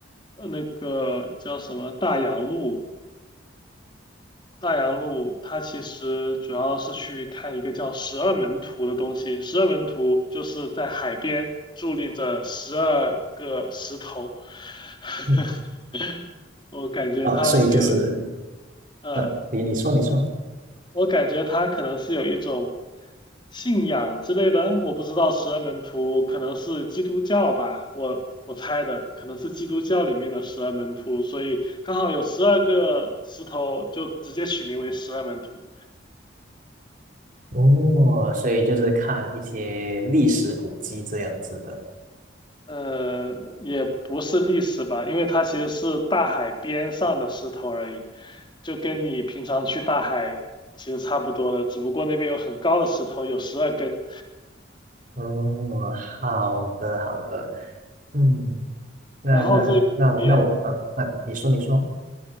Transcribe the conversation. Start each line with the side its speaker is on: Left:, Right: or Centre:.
Left: 呃，那个叫什么大洋路，大洋路它其实主要是去看一个叫十二门徒的东西。十二门徒就是在海边伫立着十二个石头，<laughs>
Right: 嗯，
Left: 我感觉它是有，
Right: 哦，所以就是，
Left: 呃，
Right: 呃，你你说你说。
Left: 我感觉他可能是有一种信仰之类的，我不知道十二门徒可能是基督教吧，我我猜的可能是基督教里面的十二门徒，所以刚好有十二个石头，就直接取名为十二门徒。
Right: 哦，所以就是看一些历史古迹这样子的。
Left: 呃，也不是历史吧，因为它其实是大海边上的石头而已，就跟你平常去大海其实差不多的，只不过那边有很高的石头，有十二根。
Right: 哦，好的好的，嗯，那那那我那我呃，
Left: 然后这边
Right: 那你说你说。